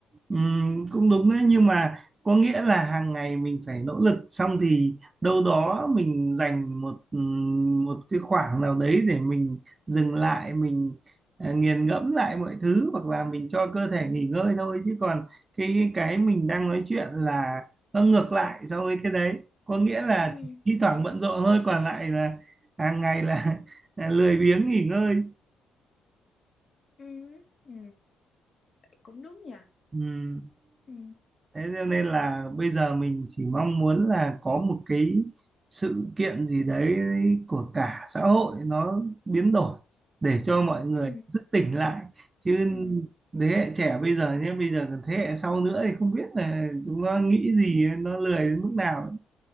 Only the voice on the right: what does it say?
Ừm, cũng đúng đấy nhưng mà có nghĩa là hàng ngày mình phải nỗ lực xong thì đâu đó mình dành một ừm, một cái khoảng nào đấy để mình dừng lại mình à, nghiền ngẫm lại mọi thứ hoặc là mình cho cơ thể nghỉ ngơi thôi chứ còn cái cái mình đang nói chuyện là nó ngược lại so với cái đấy có nghĩa là
thi thoảng bận rộn thôi còn lại là hàng ngày là, <laughs> là lười biếng nghỉ ngơi
Ừm.
thế cho nên là bây giờ mình chỉ mong muốn là có một cái sự kiện gì đấy của cả xã hội nó biến đổi để cho mọi người
thức tỉnh lại chứ
thế hệ trẻ bây giờ nhé bây giờ còn thế hệ sau nữa thì không biết là chúng nó nghĩ gì nó lười đến mức nào